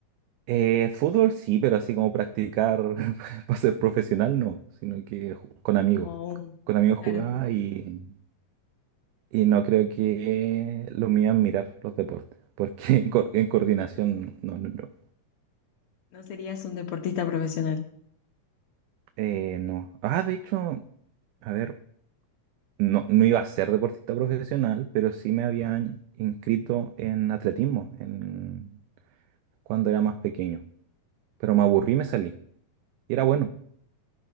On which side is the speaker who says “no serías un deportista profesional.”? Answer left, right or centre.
Left